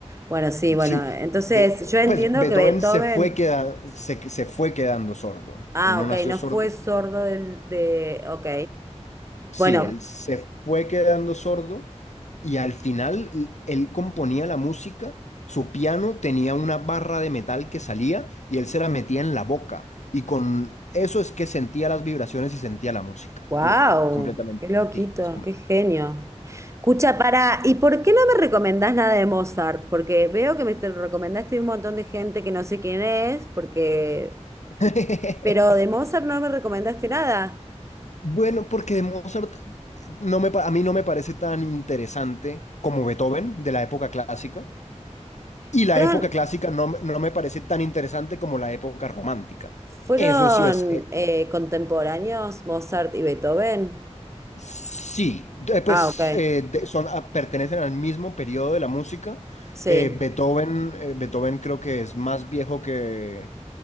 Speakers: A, on the right (about 25°); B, on the left (about 75°).
A: Bueno, sí, bueno.
B: Sí,
A: Entonces,
B: de-
A: yo entiendo
B: pues Beethoven
A: que Beethoven.
B: se fue, queda- se, se fue quedando sordo.
A: Ah,
B: Él no
A: ok,
B: nació
A: no
B: sordo,
A: fue sordo del, de. Ok.
B: Sí,
A: Bueno,
B: él se fue quedando sordo y al final l- él componía la música, su piano tenía una barra de metal que salía y él se la metía en la boca y con eso es que sentía las vibraciones y sentía la música.
A: Wow,
B: Eh, eh, Completamente.
A: qué loquito,
B: sí, es com-
A: qué genio. Escucha, para, ¿y por qué no me recomendás nada de Mozart? Porque veo que me te recomendaste un montón de gente que no sé quién es, porque,
B: <laughs>
A: pero de Mozart no me recomendaste nada.
B: Bueno, porque de Mozart no me, pa- a mí no me parece tan interesante como Beethoven de la época clásica y
A: ¿Fueron,
B: la época clásica no, me- no me parece tan interesante como la época romántica.
A: fueron
B: Eso sí es, eh,
A: eh, contemporáneos Mozart y Beethoven?
B: Sí, de- pues
A: Ah, ok.
B: eh, de- son, ah, pertenecen al mismo periodo de la música.
A: Sí,
B: Eh, Beethoven, eh, Beethoven creo que es más viejo que,